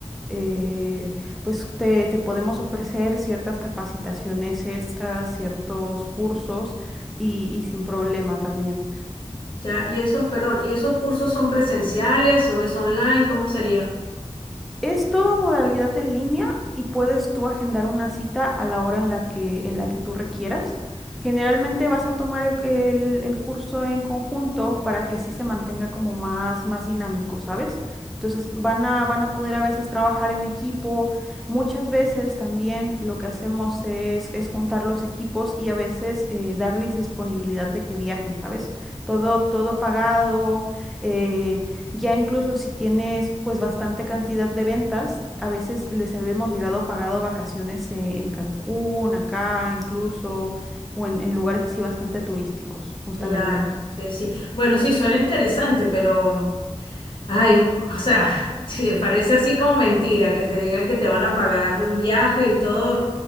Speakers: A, in the centre; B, on the left.
A: eh, pues te, te podemos ofrecer ciertas capacitaciones extras, ciertos cursos y, y sin problema también.
B: ya, y esos, perdón, ¿y esos cursos son presenciales o es online? ¿Cómo sería?
A: Es toda modalidad en línea y puedes tú agendar una cita a la hora en la que, en la que tú requieras. Generalmente vas a tomar el, el- el curso en conjunto para que sí se mantenga como más, más dinámico, ¿sabes? Entonces van a, van a poder a veces trabajar en equipo. Muchas veces también lo que hacemos es, es juntar los equipos y a veces eh, darles disponibilidad de que viajen, ¿sabes? Todo, todo pagado eh, ya incluso si tienes pues bastante cantidad de ventas, a veces les hemos llegado pagado vacaciones eh, en Cancún, acá incluso, o en, en lugares así bastante turísticos, justamente.
B: Claro, sí, sí. Bueno, sí, suena interesante, pero... Ay, o sea, <laughs> sí, parece así como mentira que te digan que te van a pagar un viaje y todo.